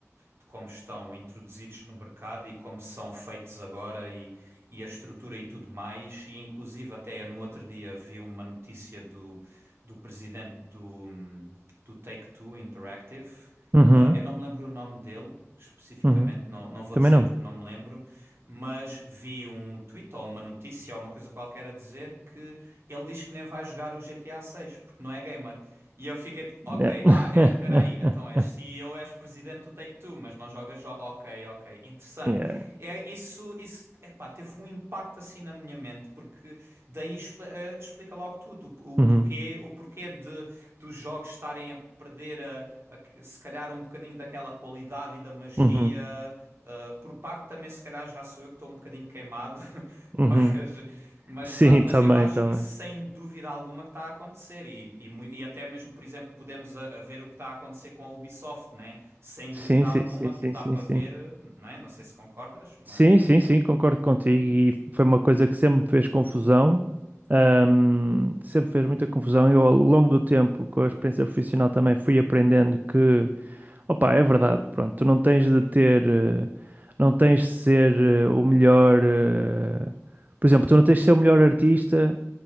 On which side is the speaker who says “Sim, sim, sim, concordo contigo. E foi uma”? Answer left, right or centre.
Right